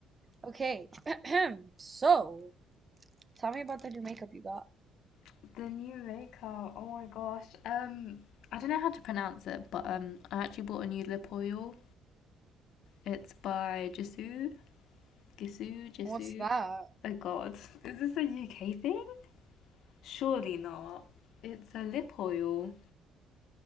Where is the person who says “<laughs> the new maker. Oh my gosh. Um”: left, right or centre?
Left